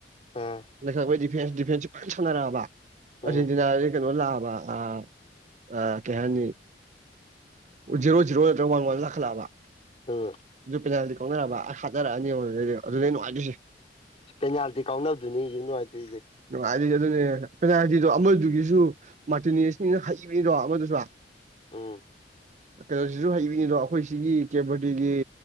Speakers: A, on the left; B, on the right.
A: ꯑꯥ
B: ꯅꯩꯈꯠꯂꯛꯄꯩꯗꯤ ꯐꯦꯟꯁ ꯗꯤꯐꯦꯟꯁꯁꯨ ꯐꯖꯅ ꯁꯥꯟꯅꯔꯛꯑꯕ
A: ꯎꯝ
B: ꯑꯥꯔꯖꯦꯟꯇꯤꯅꯥꯖꯤ ꯀꯩꯅꯣ ꯂꯥꯛꯑꯕ ꯑ ꯑ ꯀꯩ ꯍꯥꯏꯅꯤ ꯖꯤꯔꯣ ꯖꯤꯔꯣ ꯅꯠꯇ꯭ꯔꯒ ꯋꯥꯟ ꯋꯥꯟ ꯂꯥꯛꯈꯠꯂꯛꯑꯕ
A: ꯎꯝ
B: ꯑꯗꯨ ꯄꯦꯅꯥꯜꯇꯤ ꯀꯧꯅꯔꯛꯑꯕ ꯑ ꯍꯥꯠꯅꯔꯛꯑꯅꯤ ꯌꯦꯡꯉꯣ ꯑꯗꯨꯗꯩ ꯅꯨꯡꯉꯥꯏꯗꯣꯏꯁꯦ
A: ꯄꯦꯅꯥꯜꯗꯤ ꯀꯥꯎꯅꯕꯗꯨꯅꯤ ꯌꯦꯡ ꯅꯨꯡꯉꯥꯏꯇꯣꯏꯁꯦ
B: ꯅꯨꯡꯉꯥꯏꯇꯣꯏꯁꯦ ꯑꯗꯨꯅꯦ ꯄꯦꯅꯥꯜꯇꯤꯗꯄ ꯑꯃꯗꯨꯒꯤꯁꯨ ꯃꯥꯔꯇꯤꯅꯦꯁꯅꯤꯅ ꯍꯩꯕꯅꯤꯗꯣ ꯑꯃꯗꯨꯁꯨ
A: ꯑꯝ
B: ꯀꯩꯅꯣꯁꯤꯁꯨ ꯍꯩꯕꯤꯅꯤꯗꯣ ꯑꯩꯈꯣꯏ ꯁꯤꯒꯤ ꯀꯦꯕꯔꯗꯤꯒꯤ